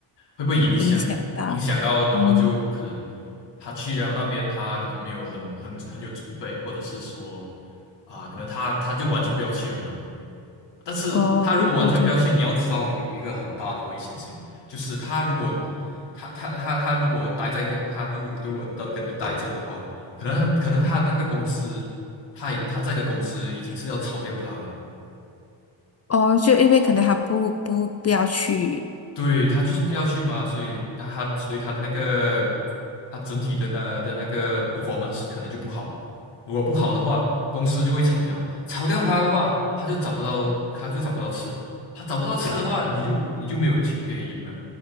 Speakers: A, on the left; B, on the left.
A: 会被影响，
B: 影响到，
A: 影响到，然后就可能他去了那边，
B: 哦
A: 他可能没有很很很有准备，或者是说啊、可能他他就完全不要去了，你知道吗？但是他如果完全不要去，
B: 哦，对对对。
A: 你要知道有一个很大的危险性，就是他如果他他他他如果待在跟他就是如果到跟你待着的话，可能可能他那个公司，他已他在的公司已经是要炒掉他了，
B: 哦，就因为可能他不不不要去，
A: 对他就是不要去嘛，所以他他所以他那个他整体的那的那个 performance 可能就不好，如果不好的话，公司就会炒掉，炒掉他的话，他就找不到他就找不到吃。他找不到吃的话，你就你就没有钱可以用了。